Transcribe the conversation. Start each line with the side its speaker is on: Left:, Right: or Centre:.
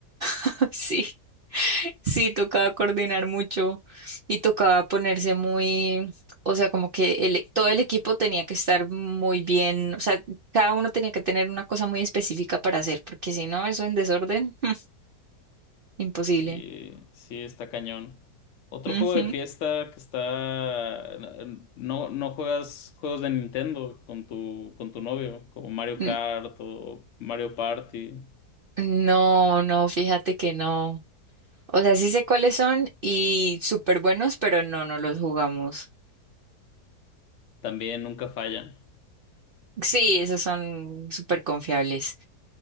Right: <laughs> sí. Sí, tocaba coordinar mucho y tocaba ponerse muy, o sea, como que el- todo el equipo tenía que estar muy bien, o sea, cada uno tenía que tener una cosa muy específica para hacer, porque si no, eso en desorden, <laughs> imposible.
Left: Sí, sí, está cañón. Otro
Right: Ujú.
Left: juego de fiesta que está... No, no juegas juegos de Nintendo con tu, con tu novio, como Mario
Right: N-
Left: Kart o Mario Party.
Right: No, no, fíjate que no. O sea, sí sé cuáles son y súper buenos, pero no, no los jugamos.
Left: También nunca fallan.
Right: Sí, esos son súper confiables,